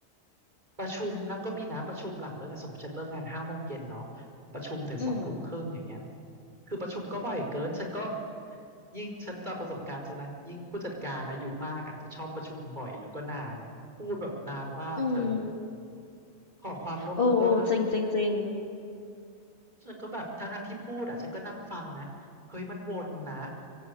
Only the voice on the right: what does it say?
ประชุมแล้วก็มีนะประชุมหลังเลิกงานสมมติฉันเลิกงานห้าโมงเย็นเนาะประชุมถึงสองทุ่มครึ่งอย่างเงี้ย
คือประชุมก็บ่อยเกินฉันก็ยิ่งฉันจากประสบการณ์ฉันนะยิ่งผู้จัดการอายุมากอ่ะจะชอบประชุมบ่อยแล้วก็นานพูดแบบนานมากเธอ
ขอความร่วมมือเออแล้ว
ฉันก็แบบทั้งทั้งที่พูดอ่ะฉันก็นั่งฟังนะเฮ้ยมันวนนะ